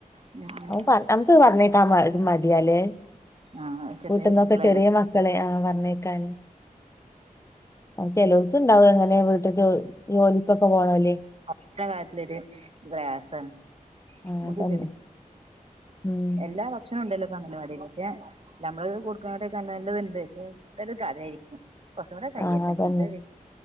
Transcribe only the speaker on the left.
അവം പർ നമ്ക്ക് പർഞ്ഞേക്കാം മട് മടിയാലേ
വീട്ട്ന്നൊക്കെ
ചെറിയ മക്കളെ ആഹ് പർഞ്ഞയ്ക്കാന് ചലവത്ണ്ടാവും എങ്ങനെ വിടത്തെ ജോലിക്കപ്പൊക്കെ പോണല്ല്
ആ
അതന്നെ ഉം
ആ അതന്നെ